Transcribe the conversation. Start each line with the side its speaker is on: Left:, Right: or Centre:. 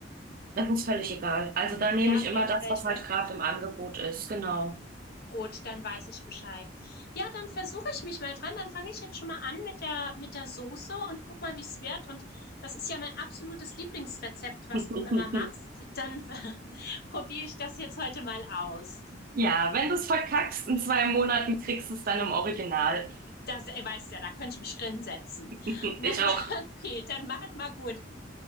Right: das ist völlig egal. Also da nehme
Left: Ja,
Right: ich immer
Left: irgendwelche.
Right: das, was halt gerade im Angebot ist, genau.
Left: Gut, dann weiß ich Bescheid. Ja, dann versuche ich mich mal dran. Dann fange ich jetzt schon mal an mit der, mit der Soße und guck mal, wie's wird. Und das ist ja mein absolutes Lieblingsrezept, was
Right: <laughs>
Left: du immer machst. Dann <laughs> probiere ich das jetzt heute mal aus.
Right: Ja, wenn du es verkackst, in zwei Monaten kriegst du es dann im Original.
Left: Das, äh, weißt ja, da könnte ich mich drin setzen.
Right: <laughs>
Left: Na,
Right: Ich
Left: <laughs>
Right: auch.
Left: okay, dann macht mal gut.